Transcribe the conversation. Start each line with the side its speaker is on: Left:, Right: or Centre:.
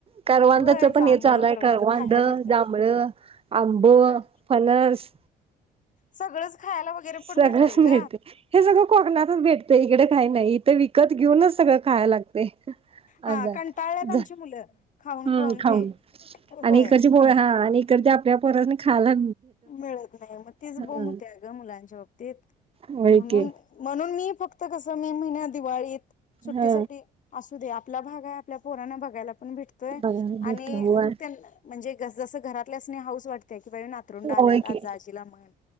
Right: करवंदाचं
Left: होय
Right: पण
Left: जांभळं
Right: हे चालू हाय.
Left: करवंद
Right: करवांद,
Left: खायला भेटतात.
Right: जांभळ, आंब,
Left: होय.
Right: फणस
Left: सगळंच खायला वगैरे पण
Right: सगळंच
Left: भेटतंय
Right: मिळतंय
Left: ग.
Right: हे सगळं कोकणातच भेटतंय इकड काय नाही. इथं विकत घेऊनच सगळं खाय लागते.
Left: हा
Right: असं हाय
Left: कंटाळल्यात आमची
Right: जा
Left: मुलं खाऊन
Right: हुं खाऊन
Left: ते
Right: आणि
Left: होय.
Right: इकडची पोरं हा आणि इकडच्या त्या पोरांसनी खायला
Left: मिळत नाही, मग तीच
Right: हा
Left: बोम हुत्या. ग मुलांच्या बाबतीत
Right: होय
Left: म्हणून
Right: की
Left: मन पण मी फक्त कसं मे महिन्यात दिवाळीत सुट्टीसाठी
Right: हा
Left: असू द्या आपला भाग आहे आपल्या पोरांना बघायला भेटतोय
Right: बघायला भेटते
Left: आणि
Right: होय.
Left: त्यानं म्हणजे जस जसं घरात यासनी हाऊस वाटते ही बाई न पतरूंड आल्यात
Right: होय
Left: आता
Right: की
Left: आजीला मान.